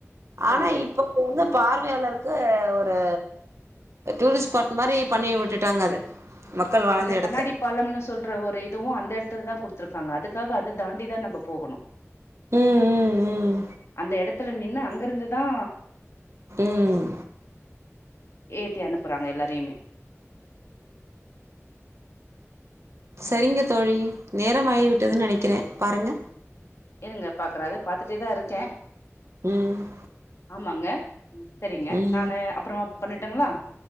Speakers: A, on the right (about 65°); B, on the left (about 65°).
A: ஆனா
B: ஆ.
A: இப்போ வந்து பார்வையாளர் க்கு ஒரு டூரிஸ்ட் ஸ்பாட் மாரி பண்ணி விட்டுட்டாங்க அத மக்கள் வாழ்ந்த
B: அந்த
A: எடத்த
B: கண்ணாடி பாலம்னு சொல்ற ஒரு இதுவும் அந்தேடுத் திருதா குடுத்துருக்காங்க அதுக்காக அத தாண்டி தா நம்ப போகணும்
A: ம் ம் ம்
B: அந்த எடத் எடத்துல நின்னு அங்க இருந்துதா
A: ம்
B: ஏத்தி அனுப்புறாங்க எல்லாரையுமே <inaudible>
A: செரிங்க தோழி நேரமாகி விட்டதுன்னு நெனைக்கிற பாருங்க
B: இருங்க பாக்கற அது பாத்துட்டே தா இருக்கெ
A: ம்
B: ஆமாங்க சரிங்க
A: ம்
B: நானு அப்புறமா பண்ணட் இதுங்ளா